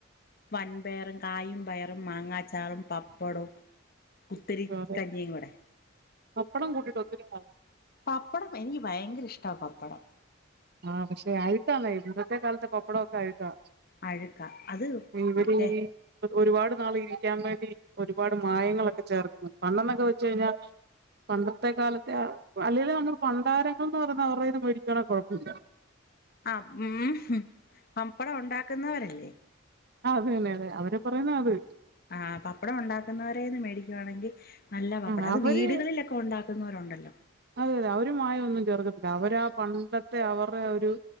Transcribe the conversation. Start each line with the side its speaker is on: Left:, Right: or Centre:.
Left: വൻപയറും കായും പയറും മാങ്ങാച്ചാറും പപ്പടവും കുത്തരി
Right: ആഹ് അതെ
Left: കഞ്ഞിയും കൂടെ
Right: പപ്പടം കൂട്ടീട്ട് ഒത്തിരി നാളാണ്
Left: പപ്പടം എനിക്ക് ഭയങ്കര ഇഷ്ടണ് പപ്പടം
Right: ആഹ് പക്ഷെ അഴക്കാന്ന ഇന്നത്തെ കാലത്തെ പപ്പടവോക്കെ അഴക്കാ
Left: അഴുക്ക അത്
Right: ഇവര്
Left: മറ്റേ
Right: ഒരുപാട് നാൾ ഇരിക്കാൻ വേണ്ടി ഒരുപാട് മായങ്ങളൊക്കെ ചേർക്കുന്നത് പണ്ടെന്നൊക്കെ വെച്ച കഴിഞ്ഞാ പണ്ടത്തെ കാലത്തെ അല്ലെങ്കി നമ്മൾ ഭണ്ടാരങ്ങൾ എന്ന് പറയ അവരുടെന്ന് മരിക്കണ കുഴപ്പം ഉ
Left: ആ ഉ പമ്പടം ഉണ്ടാക്കുന്നവരല്ലേ
Right: അത തന്നെ അതെ അവരെ പറയുന്ന അത്
Left: ആ പപ്പടം ഉണ്ടാക്കുന്നവരന്ന് മേടിക്കുവാണെങ്കി നല്ല പപ്പടം
Right: ആഹ്
Left: അത്
Right: അവര്
Left: വീടുകളിലൊക്കെ ഇപ്പോ ഉണ്ടാക്കുന്നവരുണ്ടല്ലോ
Right: അതെ അതെ അവരു മമായ ഒന്നും ചേർക്കത്തില്ല അവര് ആ പണ്ടത്തെ അവരുടെ അവ ഒരു